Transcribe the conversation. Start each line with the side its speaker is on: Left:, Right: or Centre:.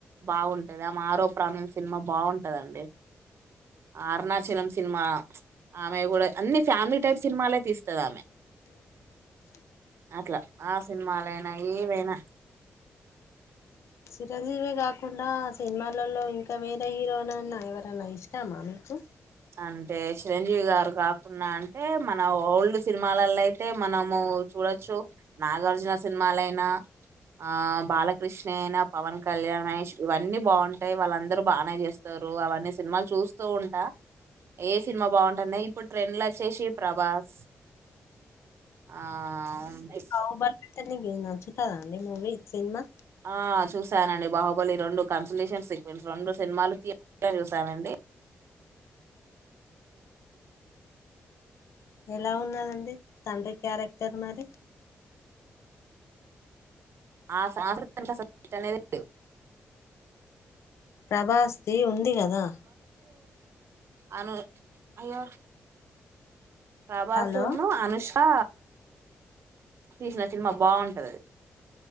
Right: బాగుంటది ఆమె ఆరోపమం సినిమా బాగుంటదండి ఆరుణచలం సినిమా ఆమె కూడా అన్ని ఫ్యామిలీ టైప్ సినిమాలే తీస్తుది ఆమె
Left: <unintelligible>
Right: అట్లా ఆ సినిమాలైనా ఏవైనా
Left: చిరంజీవే కాకుండా సినిమాలలో ఇంకా వేరే హీరోనన్నా ఎవరన్నా ఇష్టామా మీకు
Right: అంటే చిరంజీవి గారు కాకుండా అంటే మన ఓల్డ్ సినిమాలలో అయితే మనము చూడొచ్చు. నాగార్జున సినిమాలయినా. ఆ బాలకృష్ణ అయిన, పవన్ కళ్యాణ్, మహేష్ ఇవన్నీ బాగుంటాయి. వాళ్ళందరుూ బానే చేస్తారు. అవన్నీ సినిమాలు చూస్తూ ఉంటా. ఏ సినిమా బాగుంటాన్నా. ఇప్పుడు ట్రెండ్లో వచ్చేసి ప్రభాస్. ఆ మీ
Left: బాహుబలి అతనికి నచ్చుతదా అండి మూవీ సినిమా?
Right: ఆ చూసానండి. బాహుబలి రొండు కన్సలేషన్ సీక్వెన్స్ రొండు సినిమాలు థియేటర్ లో చూసానండి.
Left: ఎలా ఉన్నదండి తండ్రి క్యారెక్టర్ మరి?
Right: ఆ స అసలు <unintelligible> లేవ్
Left: బాస్తి ఉంది కదా
Right: అను అయ్యో ప్రభసును
Left: హలో
Right: అనుష్ క తీసిన సినిమా బాగుంటది అది.